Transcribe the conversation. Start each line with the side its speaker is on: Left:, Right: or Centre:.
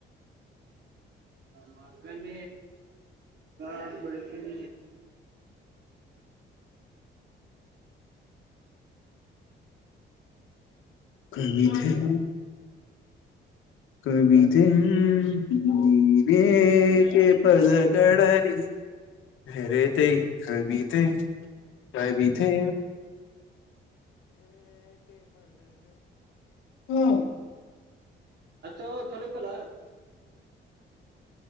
Left: <inaudible>
Right: ಮಕ್ಕನ ಒ ಬೆಳಕನ
Left: <inaudible> ಕಮ ಕವಿತೆ ನೀಕ ಪದಕಳರಿ ಹ ರತ ಕಾಯ ಬಿತೆ ಕಾಯ ಬಿತೆ <unintelligible>
Right: ಅತ ಚಲತಲ್ಲ